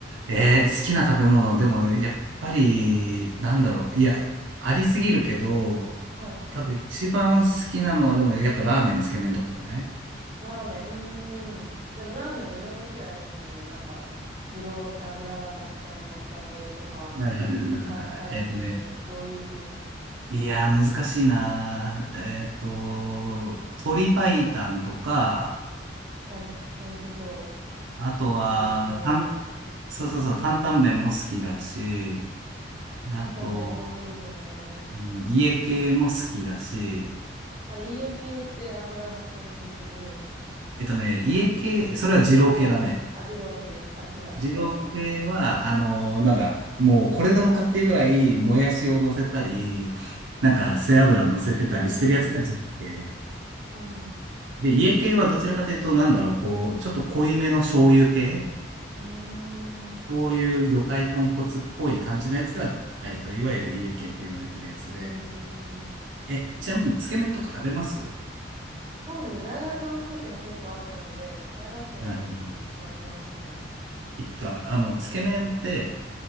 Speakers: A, on the right (about 75°); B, on the right (about 35°).
A: えー好きな食べ物、でも、やっぱり、なんだろう。いや、ありすぎるけど、
B: はい。
A: 多分一番好きなのは、でも、やっぱラーメン、つけ麺とかじゃない
B: ラーメン、うーん。でもラーメンもいろんな種類ありますよね。なんか、二郎系、油がたくさん乗った系とか、
A: はいはいはいはいはい。
B: さっぱり系みたいな。
A: <laughs> えっとね、
B: どういう系ですか
A: いやー難しいなー。えっと、鶏白湯とか、
B: うん、美味しそう。
A: あとは、
B: さっぱり系みたいな。
A: たん、そうそうそう、担々麺も好きだし、あと、
B: 担々麺美味しいですよね。
A: うん家系も好きだし、
B: あれ、家系って油乗ってる系ってことでしたっけ
A: えっとね、家系、それは二郎系だね。
B: あ、違うんですかあ、二郎系。あ、<laughs> 違う。
A: 二郎系は、
B: <laughs>
A: あのーなんだ、もうこれでもかっていうぐらい、もやしを乗せたり、なんか背脂乗せてたりしてるやつが二郎系。
B: うーん。うん。
A: で、家系はどちらかというと、なんだろう、こう、ちょっと濃いめの醤油系、
B: うーん。
A: そういう魚介豚骨っぽい感じのやつが、えっと、いわゆる家系と言われてるやつで、
B: へー
A: え、ちなみに、つけ麺とか食べます
B: そうですね。大学の近くに結構あったので、大学生の時は行きましたね。
A: はい言ってた、あの、つけ麺って、